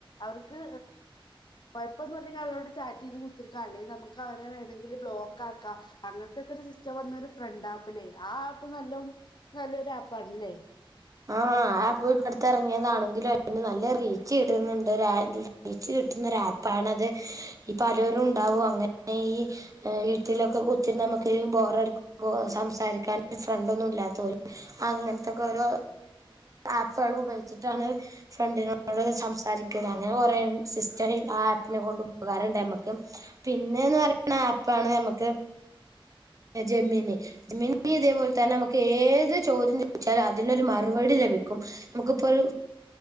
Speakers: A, on the left; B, on the right.
A: അവർക്ക് കൊയ്പ്പൊന്നില്ലേങ്കിൽ അവരോട് ചാറ്റ് ചെയ്ത് കുത്തിരിക്കാം അല്ലെങ്ക നമുക്ക് അവരെ വേണമെങ്കിൽ ബ്ലോക്ക് ആക്കാം അങ്ങനെ. അതൊക്ക ഒരു സിസ്റ്റം വന്ന ഒരു ഫ്രണ്ട് ആപ്പ്ല്ലേ ആ ആപ്പ് നല്ല നല്ലൊരു ആപ്പ് ണല്ലേ?
B: ആഹ് ആ ആപ്പ് ഇപ്പടുത്തെ ഇറങ്ങിയതാണെങ്കിലും അതിന് നല്ല റീച്ച് കിട്ടുന്നുണ്ട് കിട്ടുന്നരാപ്പണത് ഈ പലരും ഉണ്ടാവും അങ്ങനെ ഈ വീട്ടിലൊക്കെ കുത്തി. നമുക്ക് ബോറടു സംസാരിക്കാൻ ഫ്രണ്ട് ഒന്നും ഇല്ലാത്ത പോലെ അങ്ങനത്തൊക്കെ ഓരോ ആപ്പുകൾ ഉപയോഗിച്ചിട്ടാണ് ഫ്രണ്ടിനോട് സംസാരിക്കുന്നത് അങ്ങനെ കുറെേ സിസ് ആപ്പിനെ കൊണ്ട് ഉപകാരുണ്ട് നമ്മുക്ക് പിന്നെന്ന് പറയണ ആപ്പാണ് നമ്മക്ക് ജമ്മീന് ജമീനി ഇതേപോലെ തന്നെ നമുക്ക് ഏത് ചോദ്യം ചോദിച്ചാലും അതിനൊരു മറപടി ലഭിക്കും നമുക്കിപ്പോ ഒരു